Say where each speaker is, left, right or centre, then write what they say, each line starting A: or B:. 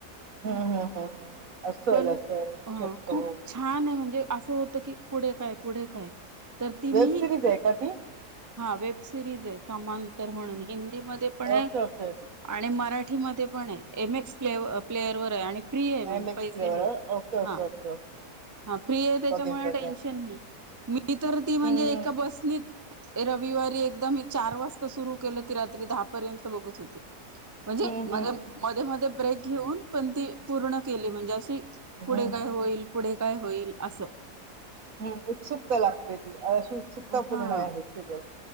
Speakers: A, on the right (about 60°); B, on the right (about 20°).
A: हम्म हम्म असल
B: पण
A: असं
B: हा
A: शकत
B: खूप
A: हो
B: छान आहे म्हणजे असं की पुढे काय पुढे काय तर ती
A: वेब
B: मी
A: सिरीज आहे का ती
B: हा वेब सिरीज आहेत समांतर म्हणून हिंदीमध्ये पण आहे
A: ओके ओके
B: आणि मराठीमध्ये पण आहे एम एक्स प्लेयर व आणि फ्री आहे म्हणजे
A: एम एक्स
B: पैसे
A: प्लेवर
B: नाहीत
A: ओके ओके ओके ओके
B: हा फ्री आहे त्याच्यामुळे
A: बघेन बघेन
B: टेन्शन नाही मी तर ती म्हणजे
A: हम्म
B: एका बसनी रविवारी एकदम चार वाजता सुरू केलं की रात्री दहापर्यंत बघत होते म्हणजे
A: हम्म
B: म
A: हम्म हम्म
B: मध्ये मध्ये ब्रेक घेऊन पण ती पूर्ण केली म्हणजे अशी
A: हम्म
B: पुढे काय
A: हम्म
B: होईल पुढे काय होईल असं
A: ह उत्सुकता लागते ती अशी उत्सुकता
B: हा
A: पूर्ण आहे ते <inaudible>